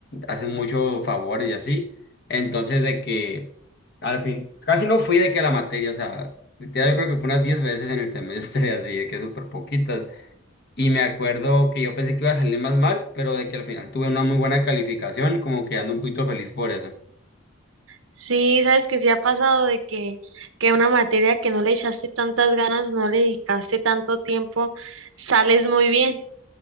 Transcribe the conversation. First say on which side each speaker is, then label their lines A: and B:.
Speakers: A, on the left; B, on the right.
A: hacen muchos favores y así. Entonces de que al fin casi no fui de que a la materia, o sea, literal yo creo que fue unas 10 veces en el semestre <laughs> así de que súper poquitas. Y me acuerdo que yo pensé que iba a salir más mal, pero de que al final tuve una muy buena calificación, como que ando un poquito feliz por eso.
B: Sí, sabes que sí ha pasado de que, que una materia que no le echaste tantas ganas, no le dedicaste tanto tiempo, sales muy bien